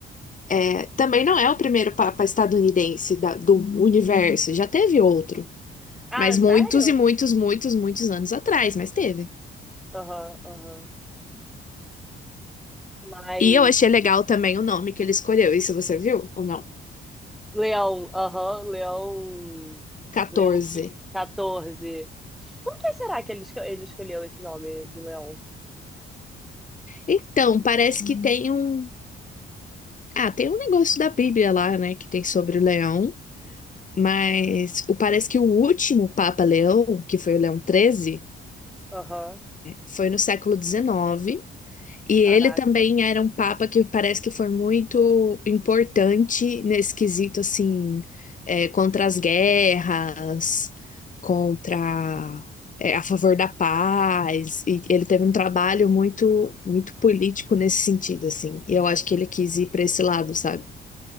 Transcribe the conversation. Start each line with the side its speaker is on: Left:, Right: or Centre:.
Left: é, também não é o primeiro Papa estadunidense da- do universo, já teve outro,
Centre: Ah,
Left: mas
Centre: sério?
Left: muitos e muitos, muitos, muitos anos atrás, mas teve.
Centre: Aham, aham. Mas.
Left: E eu achei legal também o nome que ele escolheu, isso você viu ou não?
Centre: Leão, aham, Leão.
Left: Quatorze.
Centre: Leão quin- 14. Por que será que ele, esco- ele escolheu esse nome de Leão?
Left: Então, parece que tem um. Ah, tem um negócio da Bíblia lá, né, que tem sobre o leão, mas o- parece que o último Papa Leão, que foi o Leão XIII,
Centre: Aham,
Left: Foi no século XIX. E ele
Centre: Caraca.
Left: também era um papa que parece que foi muito importante nesse quesito, assim, é, contra as guerras, contra, é, a favor da paz. E ele teve um trabalho muito, muito político nesse sentido, assim. E eu acho que ele quis ir para esse lado, sabe?